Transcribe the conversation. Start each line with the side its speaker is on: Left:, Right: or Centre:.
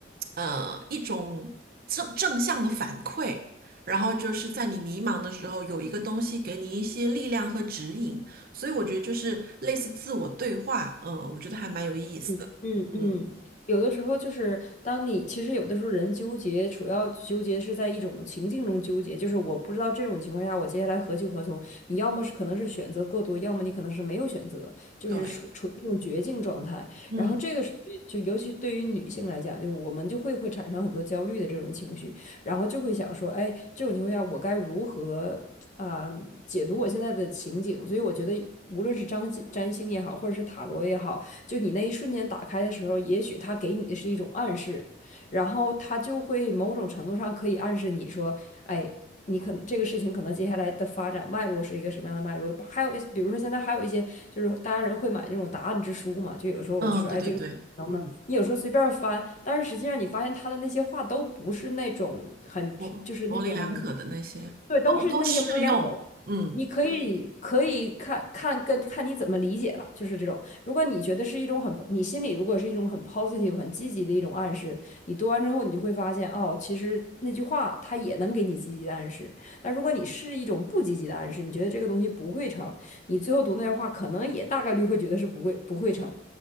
Right: 呃一种正正向的反馈，然后就是在你迷茫的时候有一个东西给你一些力量和指引，所以我觉得就是类似自我对话，嗯、我觉得还蛮有意思的，
Left: 嗯嗯嗯，
Right: 嗯，
Left: 有的时候就是当你其实有的时候人纠结，主要纠结是在一种情境中纠结，就是我不知道这种情况下我接下来何去何从。你要么是可能是选择过多，要么你可能是没有选择，就是处处于一种绝境状态。
Right: 对，嗯
Left: 然后这个时候就尤其对于女性来讲，就我们就会会产生很多焦虑的这种情绪，然后就会想说，哎，这种情况下我该如何啊、解读我现在的情景？所以我觉得。无论是张占星也好，或者是塔罗也好，就你那一瞬间打开的时候，也许他给你的是一种暗示，然后他就会某种程度上可以暗示你说，哎，你可能这个事情可能接下来的发展脉络是一个什么样的脉络。还有比如说现在还有一些就是大家人会买那种答案之书嘛，就有时候我就说，
Right: 嗯，对对对，
Left: 哎，这个能不能？
Right: 嗯。
Left: 你有时候随便翻，但是实际上你发现他的那些话都不是那种很，
Right: 模模棱两可的那些都都适用。
Left: 就是那种，对，都是那些模棱两可的。
Right: 嗯，
Left: 你可以可以看看跟看你怎么理解了，就是这种。如果你觉得是一种很，你心里如果是一种很 positive、很积极的一种暗示，你读完之后，你就会发现，哦，其实那句话它也能给你积极的暗示。但如果你是一种不积极的暗示，你觉得这个东西不会成，你最后读那句话，可能也大概率会觉得是不会不会成。